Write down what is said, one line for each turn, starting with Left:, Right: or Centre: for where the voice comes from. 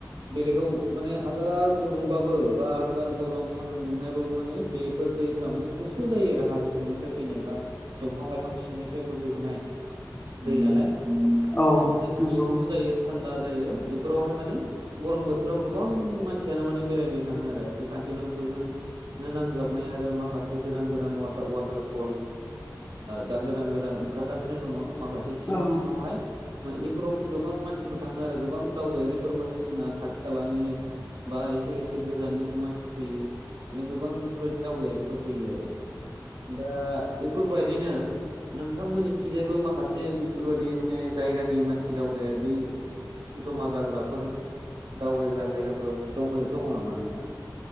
Right: बेलेगाव माने हाजार गुदुंबाबो बा हाजार गरम सानुं दुंनायबाबो माने बेफोर दैफ माने गुसु जायो आरो हाजो सिंनिफ्राय फैनाय बा दंफां-लाइफां सिंनिफ्राय बोहैबोनाय दै नालाय
Left: औ
Right: माने गुसु
Left: नंगौ औ
Right: जायो थान्दा जायो बेफोरावहाय माने गरम बोथोराव गोबां मानसियानो माने बेरायनो थाङो आरो बे खान्थि लांसुजों नो नांजाबनाय आरो माखासे गोदान गोदान व वाटारफल दा गोदान गोदान ओंखारगासिनो दङ माखासे सिं
Left: दङ
Right: सिंवाहाय माने बेफोरावबो गोबां मानसिफोर थाङो आरो गोबां दावबायारिफोर माने जोंना खाथि खालानि बा एसे एसे गोजाननिबो मानसि फैयो माने गोबां बेफोरबायदि दावबायारिफोर फैयो आरो। दा बेफोरबायदिनो नोंथांमोननिथिंजायबो माखासे बेफोरबायाददि माने जायगानि मानसि दावबायारि जमा जाग्राफोर दावबायग्रा जायगाफोर दं दङ नामा नोंथां?